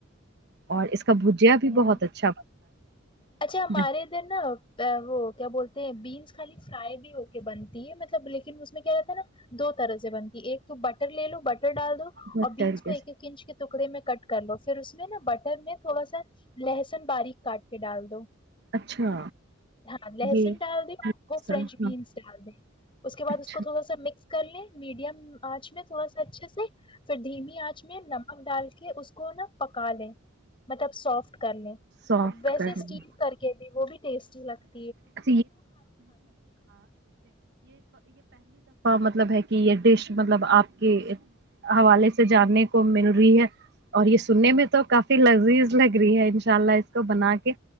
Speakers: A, on the right; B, on the left.
A: اور اس کو اس کا بھجیا بھی
B: ہاں
A: بہت اچھا
B: اچھا
A: ہے
B: ہمارے ادھر نا وہ کیا بولتے ہیں بینس خالی فرائی بھی ہو کے بنتی ہے مطلب لیکن اس میں کیا رہتا ہے نا دو طرح سے بنتی ہے ایک تو بٹر لے لو بٹر ڈال دو
A: بٹر
B: اور بیینس کو
A: کے
B: ایک
A: ساتھ۔
B: ایک انچ کے ٹکڑے میں کٹ کر لو پھر اس میں نا بٹر میں تھوڑا سا لہسن باریک کاٹ کے ڈال دو
A: اچھا
B: ہاں لہسن
A: یہ
B: ڈال دیں
A: پسند،
B: وہ فرینچ بینس
A: ہاں
B: ڈال دیں اس کے بعد
A: اچھا
B: اس کو تھوڑا سا مکس کرنی میڈیم آج میں تھوڑا سا اچھا سے پھر دھیمی آنچ میں ن ا ڈال کے اس کو نا پکا لیں مطلب سافٹ کر لیں
A: سافٹ
B: ویسے
A: کرنی
B: اسٹیم کر کے وہ بھی ٹیسٹی لگتا
A: <unintelligible> مطلب ہے کہ یہ ڈش مطلب آپ کے حوالے سے جاننے کو مل رہی ہے اور یہ سننے میں تو کافی لذیذ لگ رہی ہے انشاء اللہ اس کو بنا کے